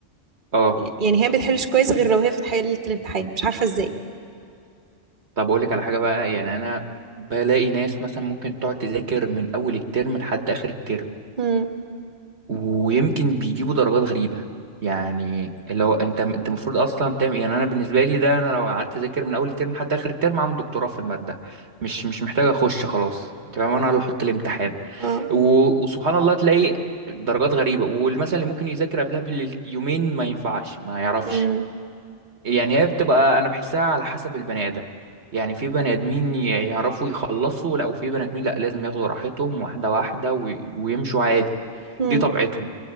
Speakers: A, on the right; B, on the right.
A: اه
B: يعني يعني هي ما بتحلش كويس غير لو هي فتحت حله الامتحان مش عارفه ازاي
A: طب اقول لك على حاجه بقى يعني انا بلاقي ناس مثلا ممكن تقعد تذاكر من اول الترم لحد اخر الترم
B: امم
A: ويمكن بيجيبوا درجات غريبه يعني لو انت انت المفروض اصلا تعمل يعني انا بالنسبه لي ده انا لو قعدت اذاكر من اول الترم لحد اخر الترم عامل دكتوراه في الماده مش مش محتاج اخش خلاص انت فاهم انا اللي احط الامتحان
B: <laughs>
A: و- وسبحان الله تلاقي درجات غريبه والمثل اللي ممكن يذاكر قبلها باليومين ما ينفعش ما يعرفش
B: اه
A: يعني هي بتبقى انا بحسها على حسب البني ادم يعني في بني ادمين ي- يعرفوا يخلصوا لا وفي بني ادمين لا لازم ياخدوا راحتهم واحده واحده وي- ويمشوا عادي
B: مم.
A: دي طبيعتهم